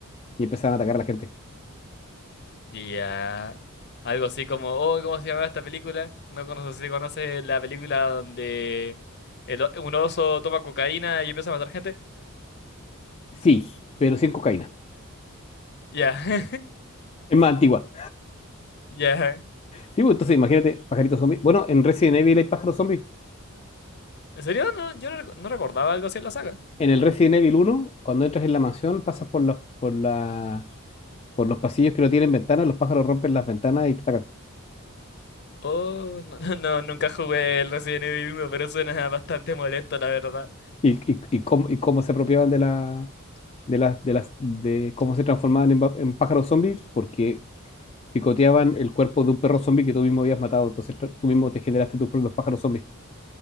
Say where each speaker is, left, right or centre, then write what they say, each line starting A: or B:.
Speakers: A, on the left; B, on the left.
A: y empezaban a atacar a la gente.
B: Ya. Algo así como, oh, ¿cómo se llamaba esta película? No conozco si conoces la película donde el o- un oso toma cocaína y empieza a matar gente.
A: Sí, pero sin cocaína.
B: Ya. <laughs>
A: Es más antigua.
B: Ya.
A: Sí, pues entonces imagínate, pajaritos zombies. Bueno, en Resident Evil hay pájaros zombies.
B: ¿En serio? No, yo no, reco- no recordaba algo así en la saga.
A: En el Resident Evil uno, cuando entras en la mansión, pasas por los, por la, por los pasillos que no tienen ventanas, los pájaros rompen las ventanas y te atacan.
B: Oh, no, no, no, nunca jugué el Resident Evil uno pero suena bastante molesto, la verdad.
A: Y, y, y cómo, y cómo se apropiaban de la, de las, de las, de cómo se transformaban en, va- en pájaros zombies, porque picoteaban el cuerpo de un perro zombie que tú mismo habías matado. Entonces tra- tú mismo te generaste tus propios pájaros zombies.